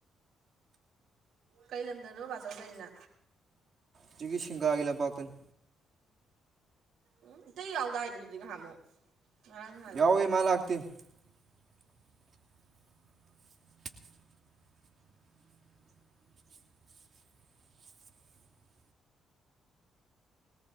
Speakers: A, on the right (about 70°); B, on the right (about 45°).
A: ꯀꯩ ꯂꯝꯗꯅꯣ ꯄꯕꯥꯖꯧꯗꯔꯤꯅ
B: ꯁꯤꯖꯤꯒꯤ ꯁꯤꯡꯒꯥꯒꯤ ꯂꯝ ꯄꯥꯥꯛꯇꯅ
A: ꯎꯝ ꯏꯇꯩ ꯌꯥꯎꯗꯥꯏꯅꯦ ꯑꯗꯨꯗꯤ ꯉꯍꯝꯃꯨꯛ ꯉꯔꯥꯡ ꯅꯍꯥꯜꯂꯒꯅꯃ
B: ꯌꯥꯎꯋꯦ ꯃꯥ ꯂꯥꯛꯇꯦ <inaudible> <inaudible>